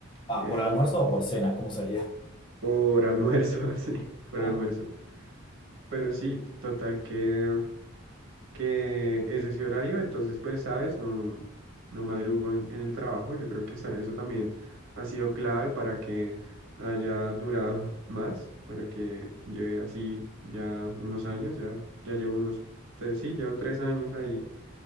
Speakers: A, on the left; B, on the right.
A: Ah,
B: el,
A: ¿por almuerzo o por cena? ¿Cómo sería?
B: por almuerzo, <laughs> sí, por
A: Ah.
B: almuerzo. Pero sí, total que que es ese horario, entonces pues sabes, no, no madrugo en, en el trabajo, yo creo que esa- eso también ha sido clave para que haya durado <laughs> más, para que lleve así ya unos años, ya, ya llevo unos, tres- sí, llevo tres años ahí,